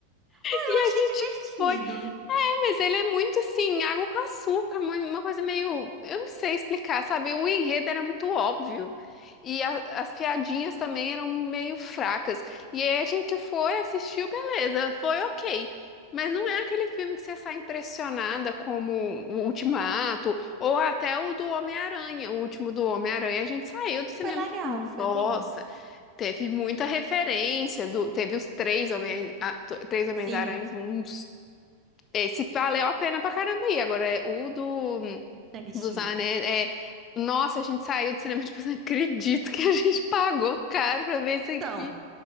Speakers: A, on the right (about 25°); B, on the left (about 30°).
A: Ah,
B: E
A: Eu
B: a
A: achei
B: gente
A: divertido.
B: foi. Mas ele é muito assim, água com açúcar, mu- uma coisa meio. Eu não sei explicar, sabe? O enredo era muito óbvio. E a- as piadinhas também eram meio fracas. E aí a gente foi, assistiu, beleza, foi ok. Mas não é aquele filme que você sai impressionada como o Ultimato, ou até o do Homem-Aranha, o último do Homem-Aranha. A gente saiu do cinema,
A: Foi legal,
B: tipo,
A: foi
B: nossa,
A: bom.
B: teve muita referência, do, teve os três Homens, a- três Homens-Aranhas,
A: Sim.
B: um esse valeu a pena pra caramba aí. Agora, é, o do,
A: Shang-Chi.
B: dos anéis é. é- Nossa, a gente saiu do cinema, <laughs> tipo, não acredito que a gente pagou caro pra ver isso aqui.
A: Então,